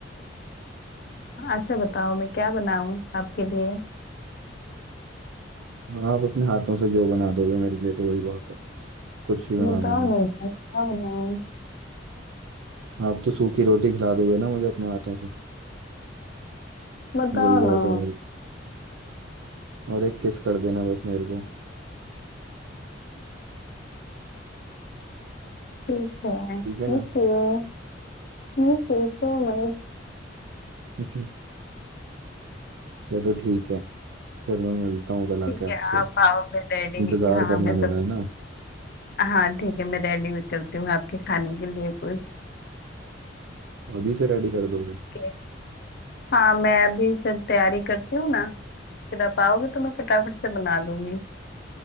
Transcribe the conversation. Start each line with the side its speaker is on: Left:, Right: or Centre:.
Left: अच्छा बताओ मैं क्या बनाऊं आपके लिए
Right: आप अपने हाथों से जो बना दोगे मेरे लिए तो वही बहुत है कुछ भी बना
Left: बताओ
Right: देना
Left: ना जान, क्या बनाऊं
Right: आप तो सूखी रोटी खिला दोगे ना मुझे अपने हाथों से
Left: बताओ
Right: वही बहुत
Left: ना
Right: है मेरे लिए। और एक किस कर देना बस मेरे को
Left: ठीक है ठीक
Right: ठीक है ना
Left: है मैं सोचो मैं
Right: <laughs> चलो ठीक है फिर मैं मिलता हूँ कल आके
Left: ठीक
Right: आपसे
Left: है आप आओ मैं रेडी
Right: इंतजार
Left: हाँ
Right: करना
Left: मैं सब
Right: मेरा है ना
Left: हाँ ठीक है मैं रेडी भी करती हूँ आपके खाने के लिए कुछ
Right: अभी से रेडी कर दोगे
Left: के हाँ मैं अभी सब तैयारी करती हूँ ना फिर आप आओगे तो मैं फटाफट से बना दूंगी